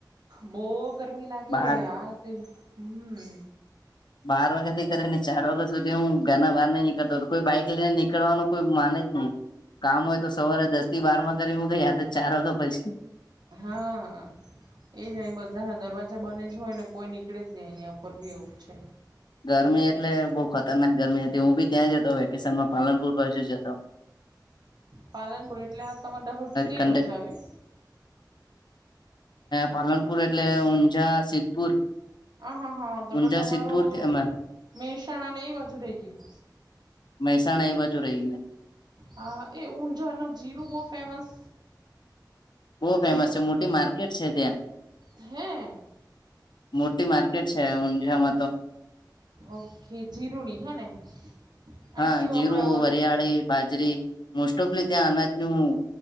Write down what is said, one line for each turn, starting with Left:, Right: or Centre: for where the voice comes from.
Right: બો ગરમી લાગે
Left: બાર
Right: આ તે હમ
Left: બાર વાગ્યા થી કરી ને ચાર વાગ્યા સુધી હું ઘરના બહાર નઈ નીકળતો હતો કોઈ બાઈક લઈને નીકળવાનું કોઈ માને કામ હોય તો સવારે દસ થી બાર માં કરી મુકઈ યા તો ચાર વાગ્યા પછી
Right: હા એ જ અહી બધા ના દરવાજા બન જ હોય ને કોઈ નીકળે જ નહી અહિયા ઉપર બી એવું છે
Left: ગરમી એટલે બહુ ખતરનાક ગરમી હતી હું બી ત્યાં જતો વેકેશન માં પાલનપુર બાજુ જ હતો
Right: પાલનપુર એટલે આ તમાર દહોટી કઈ
Left: કંડક
Right: બાજુ આવ્યુ
Left: પાલનપુર એટલે ઊંઝા સિદ્ધપુર
Right: હા હા હા તોટ
Left: ઊંઝા
Right: તમારું
Left: સિદ્ધપુર થી અમે
Right: મહેસાણા ને એ બાજુ રહી ગયું
Left: મહેસાણા એ બાજુ રહી ગ્યું
Right: હા એ ઊંત જોવાનો જીરું બહુ ફેમસ
Left: બહુ ફેમસ
Right: જીરું
Left: છે મોટી માર્કેટ છે ત્યાં
Right: હે
Left: મોટી મારકેટ છે હમઝા મા તો
Right: ઓકે જીરુણી હે ને અને
Left: હા
Right: કેવું
Left: જીરું
Right: આપડે ઓલ
Left: વરયાળી બા જરી મોસ્ટ ઓફલી ત્યાં અનાજનું